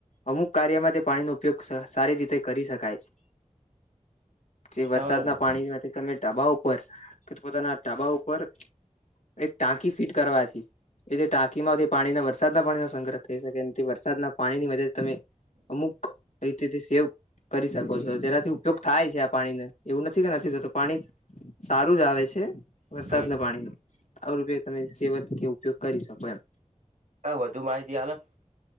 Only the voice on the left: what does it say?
અમુક કાર્યમાં તે પાણીનો ઉપયોગ સર સારી રીતે કરી શકાય છે જે વરસાદના
પાણી માટે તમે ઢાબા ઉપર કે, પોતાના ઢાબા ઉપર એક ટાંકી ફિટ કરવાથી. એથી ટાંકી માંથી પાણીના વરસાદના પાણીનો સંગ્રહ થઈ શ, કે એથી વરસાદના પાણી ની મદદ થી તમે અમુક રીતે થી સેવ કરી શકો છો, તેનાથી ઉપયોગ થાય છે, આ પાણીને એવું નથી કે, નથી થતું. પાણી સારું જ આવે છે.
વરસાદ ના પાણી ન આવે, પયોગ તમે સેવન કે, ઉપયોગ કરી શકો એમ.